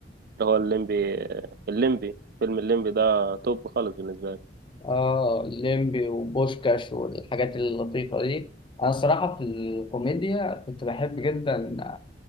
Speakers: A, on the right; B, on the left.
A: اللي هو الليمبي آه، الليمبي فيلم الليمبي ده توب خالص بالنسبة لي
B: اه ليمبي وبوشكاش والحاجات اللطيفة دي انا الصراحة في الكوميديا كنت بحب جدا